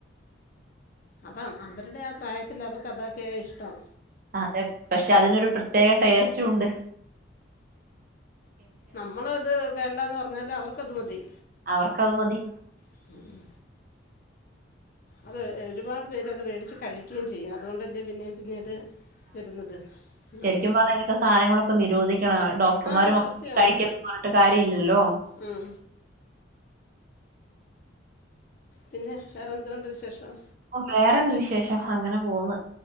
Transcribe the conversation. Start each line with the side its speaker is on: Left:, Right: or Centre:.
Left: അതാ അവരുടെ ആ പ്രായത്തിൽ അവർക്ക് അതൊക്കെയ ഇഷ്ടം.
Right: അതെ പക്ഷെ അതിനൊരു പ്രത്യേക ടേസ്റ്റുണ്ട്.
Left: നമ്മളത് വേണ്ടാന്ന് പറഞ്ഞാല് അവർക്കത് മതി.
Right: അവർക്കത് മതി.
Left: <inaudible> അത് ഒരുപാട് പേരത് വേടിച്ച് കഴിക്ക്യേം ചെയ്യും അതുകൊണ്ടല്ലേ പിന്നെ പിന്നെ ത് വരുന്നത്. ഉം.
Right: ശരിക്ക്യും പറഞ്ഞാ ഇങ്ങൻത്തെ സാധനങ്ങളൊക്കെ നിരോധിക്കണം ഡോക്ടർമാരു
Left: ആ സത്യമാണ്
Right: കഴിക്കന്ന് പറഞ്ഞിട്ട് കാര്യ ഇല്ലല്ലോ.
Left: ഉം. പിന്നെ വേറെന്തോണ്ട് വിശേഷം.
Right: ഓ വേറെന്ത് വിശേഷം അങ്ങനെ പോന്ന്.